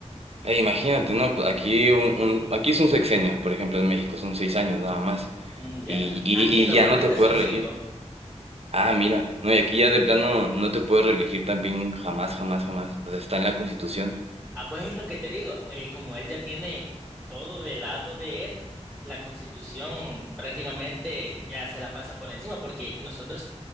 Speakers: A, on the right; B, in the centre.
A: Eh, imagínate, ¿no? Pues Aquí, un, un- aquí es un sexenio, por ejemplo, en México son 6 años nada más.
B: Mm,
A: Y,
B: ya.
A: y,
B: Aquí normalmente
A: y ya no te puedes
B: son cinco.
A: reelegir. Ah, mira, no, y aquí ya de plano no te puedes reelegir también jamás, jamás, jamás. O sea, está en la Constitución.
B: Ah, pues es lo que te digo, eh, como él ya tiene todo del lado de él, la Constitución prácticamente ya se la pasa por encima, porque nosotros